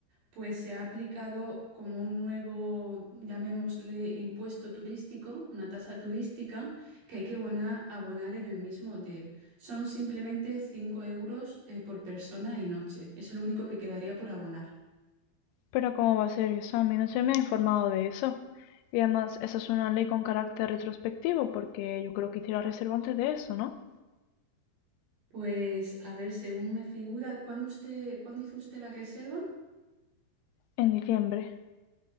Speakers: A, on the right; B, on the left.
A: pues se ha aplicado como un nuevo, llamémosle, impuesto turístico, una tasa turística que hay que bona- abonar en el mismo hotel. Son simplemente 5 euros eh, por persona y noche. Es lo único que quedaría por abonar.
B: Pero ¿cómo va a ser eso? A mí no se me ha informado de eso. Y además, esa es una ley con carácter retrospectivo, porque yo creo que hice la reserva antes de eso, ¿no?
A: Pues a ver, según me figura, ¿cuándo usted, ¿cuándo hizo usted la reserva?
B: En diciembre.